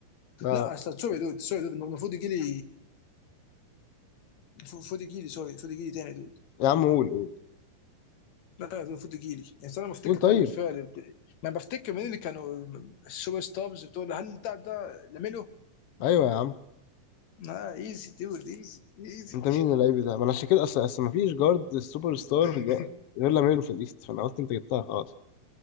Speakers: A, on the left; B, on the left.
A: لا
B: لا
A: لا
B: سوري دود سوري دود المفروض يجي لي المفروض يجي لي سوري المفروض يجي لي تاني دود
A: يا عم قول قول
B: لا يا دود المفروض يجي لي يعني انا بفتكر
A: قول طيب
B: طب الفعل بتاعي. ما بفتكر مين اللي كانوا السوبر ستارز بتوع هل ده ده لاميلو؟
A: ايوه يا عم
B: لا ايزي دود ايزي ايزي
A: انت مين اللعيب ده؟ ما انا عشان كده اصل اصل ما فيش جارد سوبر ستار
B: <laughs>
A: جا- غير لاميلو في الايست فانا قلت انت جبتها خلاص